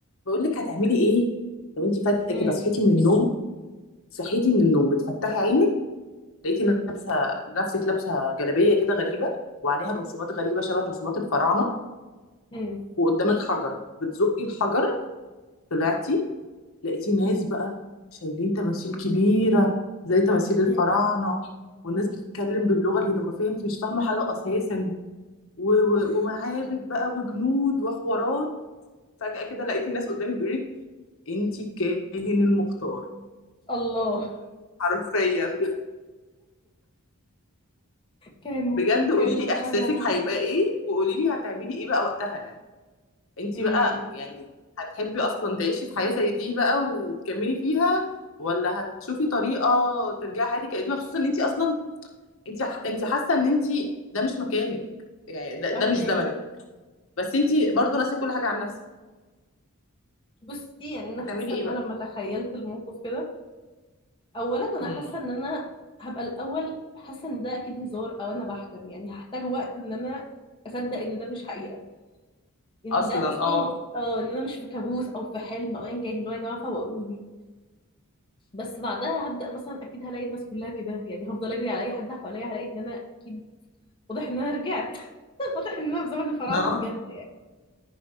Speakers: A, on the left (about 65°); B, on the left (about 25°).
A: بقول لك هتعملي ايه لو انت فجأة
B: مم.
A: كده صحيتي من النوم صحيتي من النوم بتفتحي عينك لقيتي لابسه نفسك لابسه جلابيه كده غريبه وعليها رسومات غريبه شبه رسومات الفراعنه
B: مم.
A: وقدامك حجر بتزقي الحجر طلعتي لقيتي ناس بقى شايلين تماثيل كبيره زي تماثيل الفراعنه
B: مم.
A: والناس بتتكلم باللغه الهيروغليفيه انت مش فاهمه حاجه اساسا و- و-
B: اوف
A: ومعابد بقى وجنود وحوارات فجأة كده لقيتي ناس قدامك بيقولك انت الكاهن المختار
B: الله
A: حرفيا
B: كائن مختار
A: بجد
B: كائن
A: قولي لي
B: مختار
A: احساسك
B: يا عم
A: هيبقى ايه وقولي لي هتعملي ايه بقى وقتها يعني انت
B: امم
A: بقى يعني هتحبي اصلا تعيشي في حياة زي دي بقى وتكملي فيها ولا هتشوفي طريقة ترجعي حياتك القديمة خصوصا ان انت اصلا انت انت حاسة ان انت ده مش مكانك يعني ده, ده
B: فهماكي
A: مش زمنك بس انت برضو ناسية كل حاجة عن نفسك
B: بصي يعني انا
A: هتعملي
B: حاسه
A: ايه
B: ان
A: بقى
B: انا لما تخيلت الموقف كده اولا انا
A: امم
B: حاسه ان انا هبقى الاول حاسه ان ده اكيد هزار او انا بحلم يعني هحتاج وقت ان انا اصدق ان ده مش حقيقه ان
A: اصلا
B: ده اصلا
A: اه
B: اه ان انا مش في كابوس او في حلم او ايا كان اللي هو يا جماعه فوقوني بس بعدها هبدا مثلا اكيد هلاقي الناس كلها كده يعني هفضل اجري على اي حد حواليا هلاقي ان انا اكيد واضح ان انا رجعت واضح ان انا في زمن الفراعنه
A: اه
B: بجد